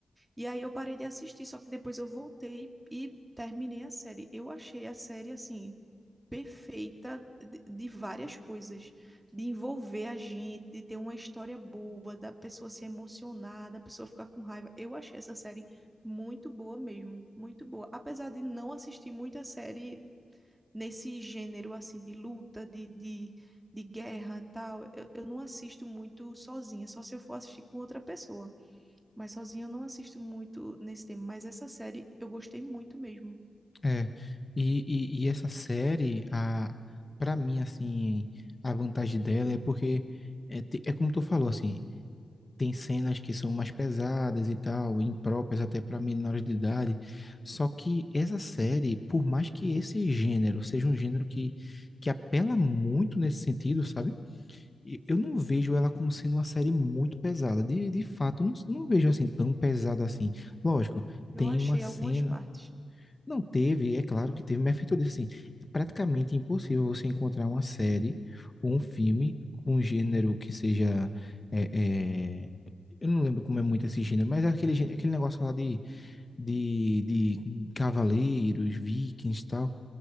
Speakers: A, on the right; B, on the left.
A: E aí eu parei de assistir, só que depois eu voltei e terminei a série. Eu achei a série assim. Perfeita de, de várias coisas, de envolver a gente, de ter uma história boa, da pessoa se emocionar, da pessoa ficar com raiva. Eu achei essa série muito boa mesmo, muito boa. Apesar de não assistir muita série nesse gênero assim de luta, de, de, de guerra, tal, eu, eu não assisto muito sozinha, só se eu for assistir com outra pessoa. Mas sozinha eu não assisto muito nesse tema, mas essa série eu gostei muito mesmo.
B: É, e, e, e essa série, a, pra mim, assim, a vantagem dela é porque, é, te- é como tu falou, assim, tem cenas que são mais pesadas e tal, impróprias até para menores de idade, só que essa série, por mais que esse gênero seja um gênero que, que apela muito nesse sentido, sabe? E Eu não vejo ela como sendo uma série muito pesada, de, de fato, eu não, não vejo assim tão pesada assim. Lógico,
A: Eu
B: tem
A: achei
B: uma cena.
A: algumas partes.
B: Não teve, é claro que teve, mas é feito disso assim. É praticamente impossível você encontrar uma série ou um filme com um gênero que seja. é, é, eu não lembro como é muito esse gênero, mas é aquele, gê- aquele negócio lá de, de, de cavaleiros, vikings e tal.